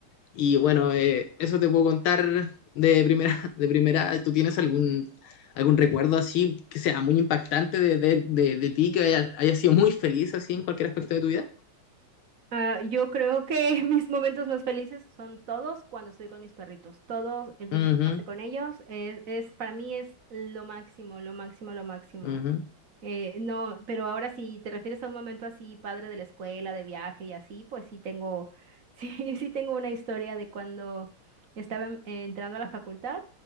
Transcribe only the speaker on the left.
Y bueno, eh, eso te puedo contar de primera, <laughs> de primera. ¿Tú tienes algún, algún recuerdo así que sea muy impactante de, de, de, de ti, que haya, haya sido muy feliz así en cualquier aspecto de tu vida?
Ujú,
ujú.